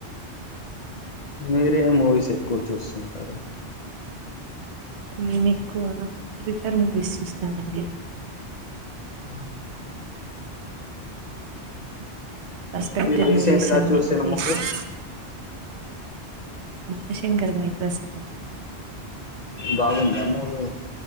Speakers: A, on the left; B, on the right.
A: మీరే మూవిస్ ఎక్కువ చూస్తుంటారు
B: నేను ఎక్కువ థ్రిల్లర్ మూవీస్ చూస్తానండి
A: ఆ
B: సస్పెక్టెడ్
A: మీరు రీసెంట్
B: మూవీస్
A: గా
B: అన్ని
A: చూసిన
B: అంటే
A: మూవీ
B: ఇష్టం మానశంకర వర ప్రసాద్
A: బాగుంద మూవీ